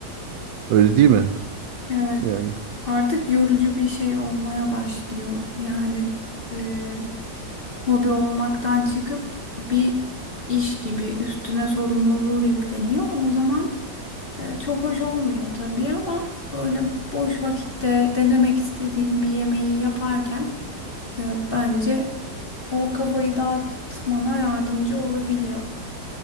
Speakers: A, on the right; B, on the left.
A: Öyle değil mi?
B: Evet,
A: Yani
B: artık yorucu bir şey olmaya başlıyor. Yani e, hobi olmaktan çıkıp bir iş gibi üstüne sorumluluğu yükleniyor. O zaman e, çok hoş olmuyor tabii ama böyle boş vakitte denemek istediğin bir yemeği yaparken e, bence o kafayı dağıtmana yardımcı olabiliyor.